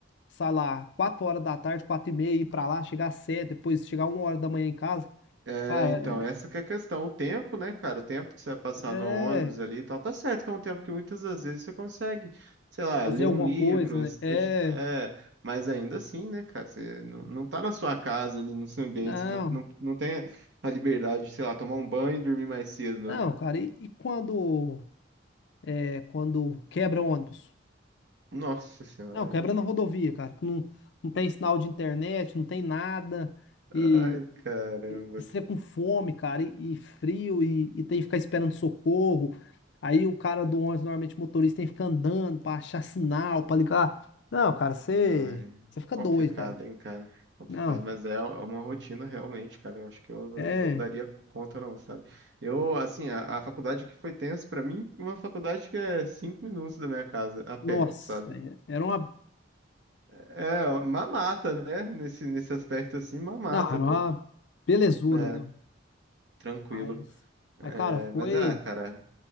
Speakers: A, on the left; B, on the right.
A: sei lá, 4 horas da tarde, 4 e meia, ir pra lá, chegar às 7, depois chegar uma hora da manhã em casa.
B: É,
A: Cara,
B: então, essa que é a questão. O tempo, né, cara? O tempo que você vai passar
A: é.
B: no ônibus
A: é,
B: ali e tal. Tá certo que é um tempo que muitas das vezes você consegue, sei lá,
A: Fazer
B: ler
A: alguma
B: um livro,
A: coisa, né?
B: se
A: É.
B: dedicar. é, mas ainda assim, né, cara? Você não, não tá na sua casa ali, no seu ambiente.
A: Não.
B: Você não, não, não tem a liberdade de, sei lá, tomar um banho e dormir mais cedo,
A: Não,
B: né?
A: cara, e, e quando é, quando quebra ônibus?
B: Nossa senhora,
A: Não, quebra
B: aí.
A: na rodovia, cara, que não, não tem sinal de internet, não tem nada, e,
B: Ai, caramba,
A: e, e você com fome, cara, e, e frio, e, e tem que ficar esperando socorro. Aí o cara do ônibus, normalmente o motorista, tem que ficar andando pra achar sinal, pra ligar. Não, cara, você,
B: Não, é
A: você fica
B: complicado,
A: doido, cara.
B: hein, cara? Complicado,
A: Não,
B: mas é é uma rotina realmente, cara. Eu acho que eu
A: é.
B: não daria conta, não, sabe? Eu, assim, a, a faculdade que foi tenso pra mim, uma faculdade que é cinco minutos da minha casa, a pé,
A: Nossa,
B: sabe?
A: é- era uma.
B: É, mamata, né? Nesse, nesse aspecto, assim, mamata,
A: Não, era
B: pô.
A: uma belezura,
B: É,
A: né?
B: tranquilo.
A: Mas,
B: É,
A: mas cara, foi.
B: mas, ah, cara.